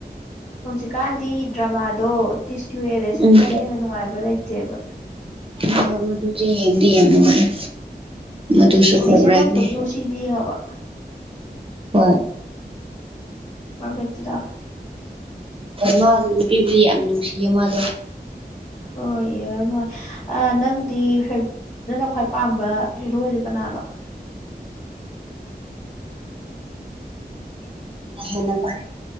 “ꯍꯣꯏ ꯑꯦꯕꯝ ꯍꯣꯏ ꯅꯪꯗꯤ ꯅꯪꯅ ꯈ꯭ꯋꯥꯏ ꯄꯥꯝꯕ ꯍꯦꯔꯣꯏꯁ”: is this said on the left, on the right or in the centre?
Left